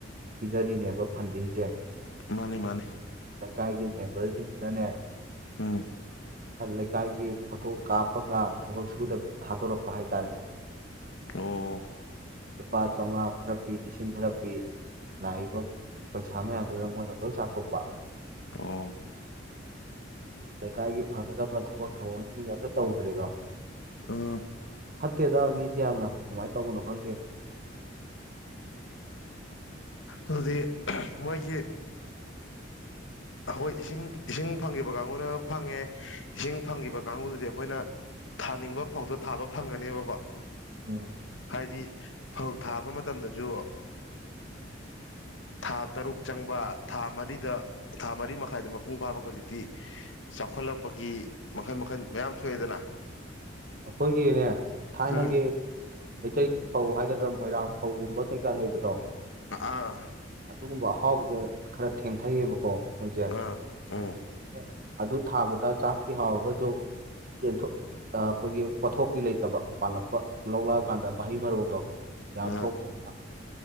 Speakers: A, on the right (about 50°); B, on the left (about 85°).
A: ꯄꯤꯗꯔꯤꯅꯦꯕ ꯐꯟꯗꯤꯡꯁꯦ
B: ꯃꯥꯅꯤ ꯃꯥꯅꯤ
A: ꯂꯩꯀꯥꯏꯒꯤ ꯃꯦꯝꯕꯔꯁꯤꯡꯗꯨꯅꯅꯦ
B: ꯎꯝ
A: ꯂꯩꯀꯥꯏꯒꯤ ꯐꯣꯇꯣ ꯀꯥꯞꯄꯒ ꯊꯕꯛ ꯁꯨꯗꯕꯤꯗ ꯊꯥꯗꯣꯔꯛꯄ ꯍꯥꯏꯇꯥꯔꯦ <unintelligible>
B: ꯑꯣꯐ
A: ꯂꯨꯄꯥ ꯆꯥꯝꯃꯉꯥ ꯈꯔ ꯄꯤ ꯂꯤꯁꯤꯡ ꯈꯔ ꯄꯤ ꯂꯥꯛꯏꯕ ꯄꯩꯁꯥ ꯃꯌꯥꯝꯗꯨꯗ ꯃꯣꯏꯅ ꯂꯣꯏ ꯆꯥꯊꯣꯛꯄ
B: ꯇꯣ
A: ꯂꯩꯀꯥꯏꯒꯤ ꯐꯒꯗꯕ ꯊꯕꯛ ꯊꯧꯑꯣꯡꯁꯤꯡꯗꯤ ꯑꯝꯇ ꯇꯧꯗ꯭ꯔꯦꯀꯣ
B: ꯑꯥ
A: ꯐꯠꯇꯦꯗ ꯃꯤꯁꯦ ꯌꯥꯝꯅ ꯀꯃꯥꯏꯅ ꯇꯧꯕꯅꯣ ꯈꯪꯗꯦ <unintelligible>
B: ꯑꯗꯨꯗꯤ ꯃꯣꯏꯒꯤ ꯍꯈꯣꯏ ꯏꯁꯤꯡ ꯏꯁꯤꯡ ꯐꯪꯈꯤꯕ ꯀꯥꯡꯕꯨꯅ ꯐꯪꯉꯦ ꯏꯁꯤꯡ ꯐꯪꯕ ꯀꯥꯡꯕꯨꯗꯨꯗꯤ ꯑꯩꯈꯣꯏ ꯑꯩꯈꯣꯏꯅ ꯊꯥꯅꯤꯡꯕ ꯐꯥꯎꯇꯣ ꯊꯥꯕ ꯐꯪꯒꯅꯦꯕꯀꯣ
A: ꯎꯝ
B: ꯍꯥꯏꯕꯗꯤ ꯐꯧ ꯊꯥꯕ ꯃꯇꯝꯗꯁꯨ ꯊꯥ ꯇꯔꯨꯛ ꯆꯪꯕ ꯊꯥ ꯃꯔꯤꯗ ꯊꯥ ꯃꯔꯤ ꯃꯈꯥꯏꯗ ꯃꯄꯨꯡ ꯐꯥꯕꯒ ꯍꯧꯖꯤꯛꯇꯤ ꯆꯥꯎꯈꯠꯂꯛꯄꯒꯤ ꯃꯈꯜ ꯃꯈꯜ ꯃꯌꯥꯝ ꯊꯣꯛꯑꯦꯗꯅ
A: ꯑꯩꯈꯣꯏꯒꯤꯅꯦ ꯊꯥꯏꯅꯒꯤ
B: ꯎꯝ
A: ꯃꯩꯇꯩꯒꯤ ꯐꯧ ꯍꯥꯏꯒꯗꯥ ꯃꯣꯏꯔꯥꯡ ꯐꯧꯒꯨꯝꯕ ꯀꯩꯀꯥ ꯂꯩꯕꯗꯣ
B: ꯑꯥ
A: ꯑꯗꯨꯒꯨꯝꯕ ꯑꯍꯥꯎꯕꯁꯦ ꯈꯔ ꯊꯦꯡꯊꯩꯌꯦꯕꯀꯣ ꯃꯣꯏꯁꯦ
B: ꯑꯥ ꯎꯝ
A: ꯍꯧꯖꯤꯛ ꯑꯗꯨ ꯊꯥꯕꯗ ꯆꯥꯛꯇꯤ ꯍꯥꯎꯔꯒꯁꯨ ꯆꯦꯟꯊꯣꯛ ꯑꯩꯈꯣꯏꯒꯤ ꯄꯣꯊꯣꯛꯇꯤ ꯂꯩꯇꯕ ꯄꯥꯜꯂꯛꯄ ꯂꯧꯂꯛꯑꯀꯥꯟꯗ ꯃꯍꯩ ꯃꯔꯣꯡꯗꯣ ꯌꯥꯝ
B: ꯑꯥ
A: ꯊꯣꯛꯇ